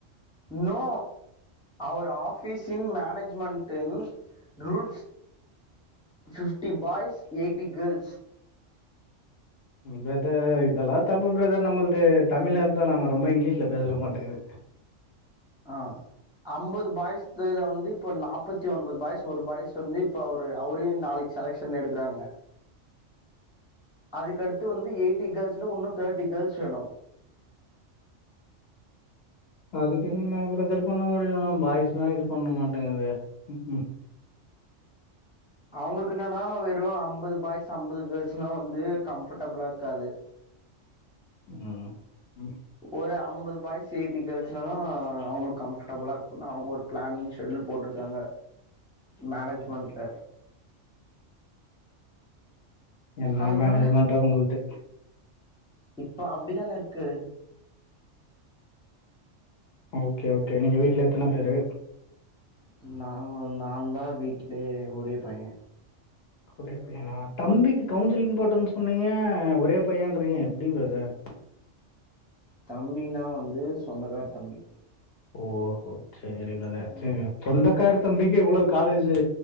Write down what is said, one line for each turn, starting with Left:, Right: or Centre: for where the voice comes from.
Centre: no our ஆஃபீஸின் மேனேஜ்மெண்ட்டில் rules fifty boys eighty girls
Left: brother இதெல்லா தப்பு brother நம்மள்து Tamil அர்த்தொ நம்ம ரொம்ப இங்கிலீஷ்ல பேசுற மாட்டேங்கிது
Centre: ஆ அம்பது பாய்த இதுல வந்து இப்ப நாப்பத்தி ஒன்பது பாய்சு ஒரு பாய்சு வந்து இப்ப அவரு அவரையு நாளைக் செலெக்ஷன் எடுக்குறாங்க அதுக்கடுத்து வந்து எய்ட்டி கேர்ள்ஸ்ல உன்னு தேட்டி கேர்ள்ஸ் வேணு
Left: அதுக்கென்ன நா ப்ரதர் பண்ண முடியு பாய்ஸ்லா இது பண்ண மாட்டேங்கிது ம்ம்
Centre: அவ்ங்களுக்கு என்னன்னா வெறு அம்பது பாய்ஸ் அம்பது கேர்ள்ஸ்னா வந்து கம்ஃபட்டபுளா இருக்காது
Left: ம் ம்
Centre: ஒரு அம்பது பாய்ஸ் எய்ட்டி கேள்ஸ்னாதா அவ்ங்களுக்கு கம்ஃபடபுளா இருக்குன்னா அவ்ங்க ஒரு ப்ளான் ஷெடியூல் போட்ருக்காங்க மேனேஜ்மெண்ட்ல
Left: என்னா
Centre: அதனால
Left: மேனேஜ்மெண்ட்டோ உங்கள்து
Centre: இப்ப அப்டிதான இருக்கு
Left: ஓகே ஓகே நீங்க வீட்ல எத்தன பேரு
Centre: நாங்க நாந்தா வீட்லயே ஒரே பையே
Left: ஒரே பையனா தம்பிக்கு கவுன்சிலிங் போட்டன் சொன்னீங்க ஒரே பையன்றிங்க எப்டி பிரதர்
Centre: தம்பினா வந்து சொந்தக்கார் தம்பி
Left: ஓஹோ சேரி பிரதர்
Centre: ம்
Left: செரி சொந்தக்கார் தம்பிக்கே இவ்ளோ காலேஜு